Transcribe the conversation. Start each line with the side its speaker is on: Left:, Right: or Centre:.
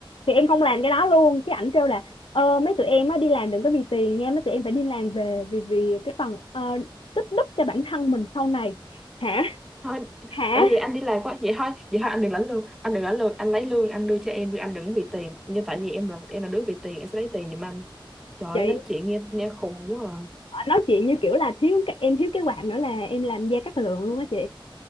Left: thì em không làm cái đó luôn cái ảnh kêu là ờ, mấy tụi em á đi làm đừng có vì tiền nha mấy tụi em phải đi làm về vì vì cái phần ờ, tích đức cho bản thân mình sau này hả
Centre: thôi
Left: hả
Centre: ở vậy anh đi làm quá vậy thôi vậy thôi anh đừng lãnh lương anh đừng lãnh lương anh lấy lương anh đưa cho em đi anh đừng vì tiền nhưng tại vì em là em là đứa vì tiền em sẽ lấy tiền giùm anh trời ơi,
Left: chị
Centre: nói chuyện nghe nghe khùng quá à
Left: ờ, nói chuyện như kiểu là thiếu cái em thiếu cái quạt nữa là em làm da cát lượng luôn á chị